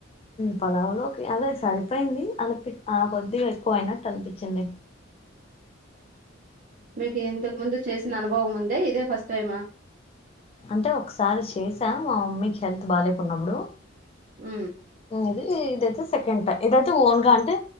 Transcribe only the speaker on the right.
మీక ఇంతకు ముందు చేస్త అనుభవం ఉందే ఇదే ఫస్ట్ టైమా
ఆ